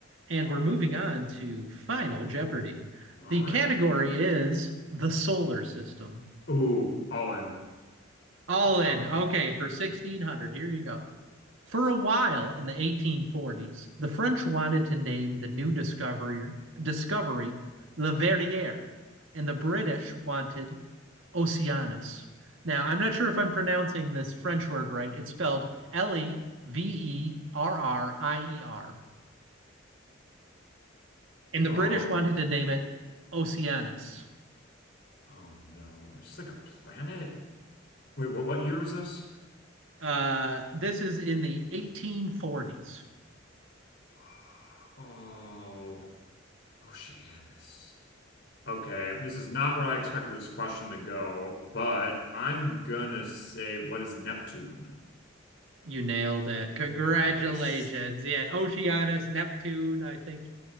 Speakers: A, on the right; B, on the left.
A: and we're moving on to Final Jeopardy.
B: All
A: The category
B: right.
A: is the solar system.
B: Ooh, all in.
A: All
B: Let's go.
A: in. Okay, for 1600, here you go. For a while in the 1840s, the French wanted to name the new discovery, discovery Le Verrier, and the British wanted Oceanus. Now, I'm not sure if I'm pronouncing this French word right. It's spelled L E V E R R I E R. And the
B: Oh
A: British wanted to
B: man.
A: name it Oceanus.
B: Oh no. It's just like a planet. Wait, what what year was this?
A: Uh, this is in the 1840s.
B: <sighs> Oh, Oceanus. Okay, this is not where I expected this question to go, but I'm gonna say what is Neptune?
A: You nailed it. Congratulations.
B: Nice.
A: Yeah, Oceanus, Neptune, I think.